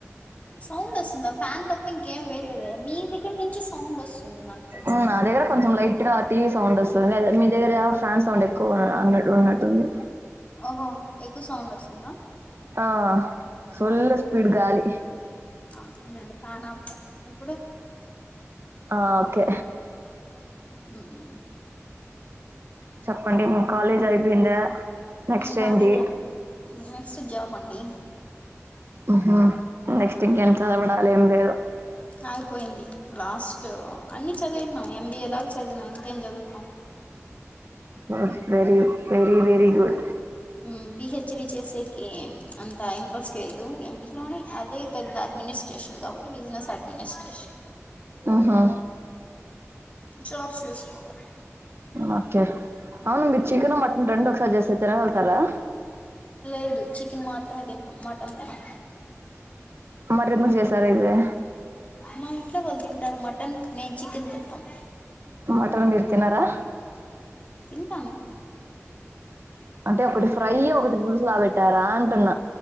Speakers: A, on the left; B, on the right.
A: సౌండ్ ఒస్తుందా ఫ్యాన్ తప్ప ఇంకేం వేయలేదే మీ దగ్గర నుంచి సౌండ్ ఒస్తుంది నాకు తెలిసినంత
B: ఔనా నా
A: వరకు
B: దగ్గర కొంచెం లైట్ గా టీవీ సౌండ్ వస్సుంది మీ దగ్గర ఫ్యాన్ సౌండ్ ఎక్కువ అన్నట్ ఉన్నట్టుంది
A: ఒహో ఎక్కువ సౌండ్ ఒస్తుందా
B: ఆ ఫుల్ స్పీడ్ గాలి
A: ఆ ఉండండి ఫ్యాన్ ఆప్తాను ఇప్పుడు
B: ఆ ఓకే
A: మ్
B: చెప్పండి మీ కాలేజ్ అయిపోయిందా నెక్స్ట్
A: కాలేజ్
B: ఏంటి
A: నెక్స్ట్ జాబ్ అండి
B: ఉహ్మ్ నెక్స్ట్ ఇంకేం చదవడలెమ్ లేద్
A: అయిపోయింది లాస్ట్ అన్ని చదివేస్నాం ఎంబీఏ దాకా చదివినాం ఇంకేం చదువ్తాం
B: ఓస్ వెరీ వెరీ వెరీ గుడ్
A: ఉమ్ పిహెచ్డి చేసేకి అంత ఇంట్రెస్ట్ లేదు ఎంబీఏలోనే అదే పెద్ద అడ్మినిస్ట్రేషన్ కాబట్టి బిజినెస్ అడ్మినిస్ట్రేట్
B: ఆహా
A: జాబ్స్ చుస్కోవాల్
B: ఓకే అవ్ను మీర్ చికెను మటన్ రెండ్ ఒక్సారి చేసి తినగళ్తారా
A: లేదు చికెన్ మాత్రమే తింటాం మటన్ తినం
B: మర్ ఎందుక్చేసార్ ఇది
A: మా ఇంట్లో వాళ్ళ్ తింటారు మటన్ నేన్ చికెన్ తింటాం
B: మటన్ మీరు తిన్నారా
A: తింటాన్
B: అంటే ఒకటి ఫ్రై ఒకటి పుల్స్ల వేట్ టారంటున్న